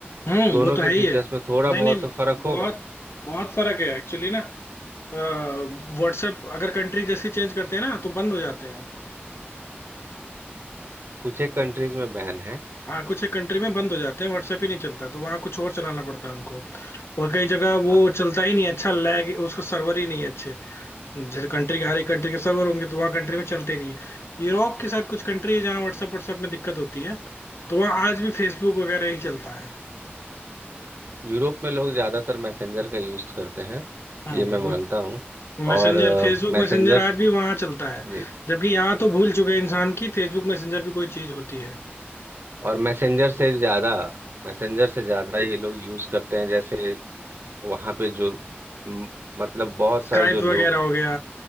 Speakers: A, on the left; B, on the right.
A: हम्म
B: दोनों
A: वो तो
B: के
A: है ही
B: फीचर्स
A: है
B: में थोड़ा
A: नहीं
B: बहुत
A: नहीं
B: तो फर्क
A: बहुत
B: होगा
A: बहुत फर्क है एक्चुअली ना व्हाट्सएप अगर कंट्री जैसी चेंज करते हैं ना तो बंद हो जाते हैं
B: कुछ एक कंट्रीज में बैन है
A: हाँ कुछ एक कंट्री में बंद हो जाते हैं व्हाट्सएप ही नहीं चलता तो वहाँ कुछ और चलाना पड़ता है उनको और कई जगह वो
B: हाँ
A: चलता ही नहीं अच्छा लैग उसका सर्वर ही नहीं है अच्छे जैसे कंट्री के हर एक कंट्री के सर्वर होंगे तो वहाँ कंट्री में चलते नहीं है यूरोप के साथ कुछ कंट्री है जहाँ व्हाट्सएप व्हाट्सएप में दिक्कत होती है तो वहाँ आज भी फेसबुक वगैरह ही चलता है
B: यूरोप में लोग ज़्यादातर मैसेंजर का यूज़ करते हैं
A: हम्म
B: ये मैं मानता हूँ
A: मैसेंजर
B: और
A: फेसबुक
B: मैसेंजर
A: मैसेंजर आज भी वहाँ चलता है
B: जी
A: जबकि यहाँ तो भूल चुके हैं इंसान की फेसबुक मैसेंजर भी कोई चीज होती है
B: और मैसेंजर से ज़्यादा मैसेंजर से ज़्यादा ये लोग यूज़ करते हैं जैसे वहाँ पे जो म, मतलब बहुत
A: स्काइप
B: सारे जो लोग
A: वगैरह
B: हैं
A: हो गया